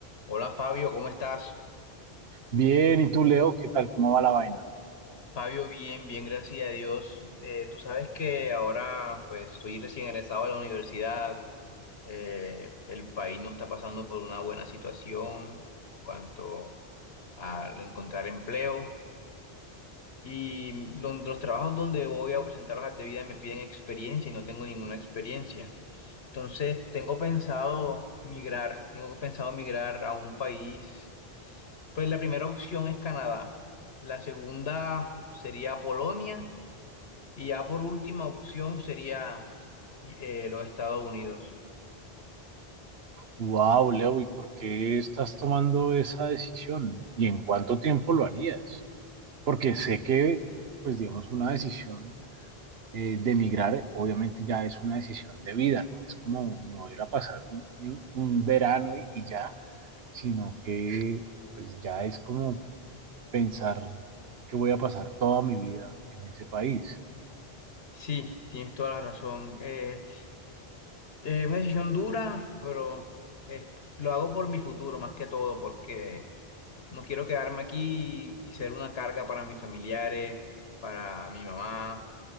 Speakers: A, on the left; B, on the right.
A: Hola Fabio, ¿cómo estás?
B: Bien, ¿y tú, Leo? ¿Qué tal? ¿Cómo va la vaina?
A: Fabio, bien, bien, gracias a Dios. Eh, tú sabes que ahora pues estoy recién egresado de la universidad, Eh, el país no está pasando por una buena situación en cuanto a encontrar empleo y lo- los, trabajos donde voy a presentar hojas de vida me piden experiencia y no tengo ninguna experiencia. Entonces tengo pensado migrar, tengo pensado migrar a un país. Pues la primera opción es Canadá, la segunda sería Polonia y ya por última opción sería eh, los Estados Unidos.
B: Wow, Leo, ¿y por qué estás tomando esa decisión? ¿Y en cuánto tiempo lo harías? Porque sé que, pues digamos, una decisión eh, de emigrar obviamente ya es una decisión de vida, no es como no ir a pasar un, un- un verano y, y ya, sino que pues ya es como pensar que voy a pasar toda mi vida en ese país.
A: Sí, tienes toda la razón. Eh, eh, una decisión dura, pero eh, lo hago por mi futuro más que todo, porque no quiero quedarme aquí y, y ser una carga para mis familiares, para mi mamá.